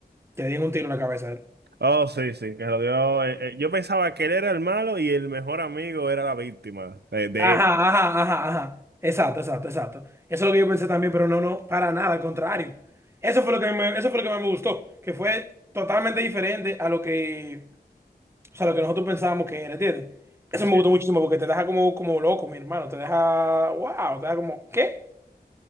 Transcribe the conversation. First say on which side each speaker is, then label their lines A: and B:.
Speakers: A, on the right; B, on the right.
A: que le dieron un tiro en la cabeza a él.
B: Oh, sí, sí, que lo dio. eh, eh, yo pensaba que él era el malo y el mejor amigo era la víctima eh, de
A: Ajá,
B: él.
A: ajá, ajá, ajá, exacto, exacto, exacto. Eso es lo que yo pensé también, pero no, no, para nada, al contrario. Eso fue lo que me- eso fue lo que más me gustó, que fue totalmente diferente a lo que... O sea, lo que nosotros pensábamos que era, ¿entiendes? Eso
B: Sí.
A: me gustó muchísimo porque te deja como, como loco, mi hermano. Te deja, wow, te deja como, ¿qué?